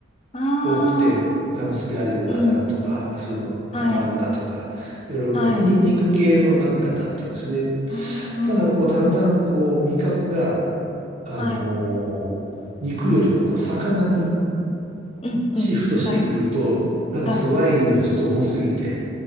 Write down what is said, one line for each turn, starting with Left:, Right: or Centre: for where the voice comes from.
Left: あ
Right: 多くて、
Left: あ、
Right: あの、スペアリブだなとか、
Left: うん。
Right: まあそういうの、ハンバーグだとか、
Left: はい。
Right: いろいろこう、
Left: はい。
Right: に、肉系のなんかだったんですよね。
Left: あ
Right: ただ、こう、だんだんこう、味覚が、あの肉よりもこう、
Left: あ、はい。
Right: 魚に
Left: うん、うん。
Right: シフトしてくると、
Left: はい。
Right: なんかちょっとワインではちょっと重すぎて、
Left: はい。